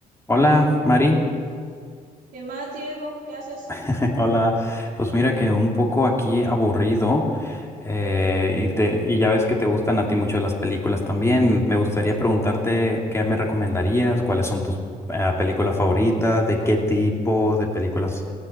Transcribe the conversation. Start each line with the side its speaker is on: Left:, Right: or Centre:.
Left: Hola, Mari.
Right: ¿Qué más, Diego? ¿Qué haces?
Left: <laughs> Hola. Pues mira que un poco aquí aburrido eh, y te y ya ves que te gustan a ti mucho las películas también. Me gustaría preguntarte qué me recomendarías, cuáles son tus eh, películas favoritas, de qué tipo de películas